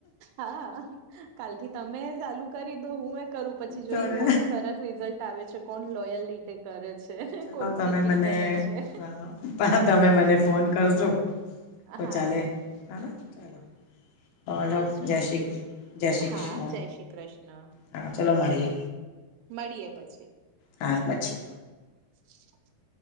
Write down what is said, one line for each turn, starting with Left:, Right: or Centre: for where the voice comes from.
Right: હા કાલથી તમે ચાલુ કરી દો હું એ કરું પછી
Left: ચાલે
Right: જોઈએ કોનું સરસ રિઝલ્ટ ટાવે છે કોણ લોયલ રીતે કરે છે
Left: ચલો
Right: કોણ
Left: તમે
Right: ચીટિંગ
Left: મને
Right: કરે છે
Left: પાહા તમે મને ફોન કરજો તો
Right: હા
Left: ચાલે હા ચાલો હ હલો
Right: કઉ છું
Left: જય
Right: ને
Left: શ્રી કૃ્ જય શ્રી
Right: હા
Left: કૃષ્ણ
Right: જય શ્રી કૃષ્ણ
Left: હા ચલો મળીએ.
Right: મળીએ પછી.
Left: હા પછી.
Right: <inaudible>